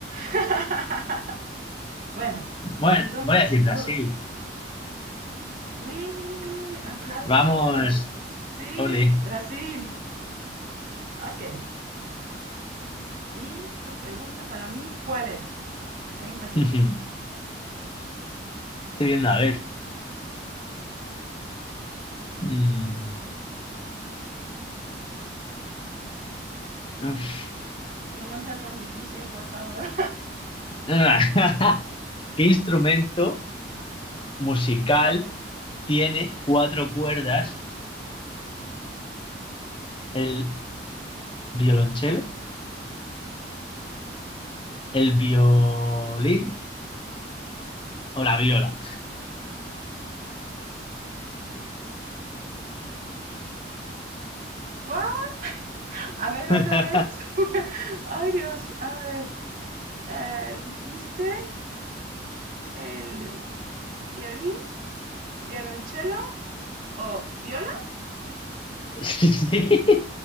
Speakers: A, on the right (about 50°); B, on the left (about 30°).
A: <laughs> bueno,
B: Bueno,
A: entonces
B: voy a decir Brasil.
A: tu... ¡Uy! ¡Aplausos!
B: Vamos,
A: Sí,
B: ole.
A: Brasil. Ok. Y tu pregunta para mí, ¿cuál es? Estoy impaciente.
B: <laughs> Estoy viendo, a ver. Mm, uf.
A: Que no sea tan difícil, por favor. <laughs>
B: <laughs> ¿Qué instrumento musical tiene cuatro cuerdas? ¿El violonchelo, el violín o la viola?
A: ¿Cuál? <laughs> A ver,
B: <laughs>
A: otra vez. <laughs> Ay, Dios. A ver. Eh, ¿Dijiste el violín, violonchelo o viola?
B: Sí.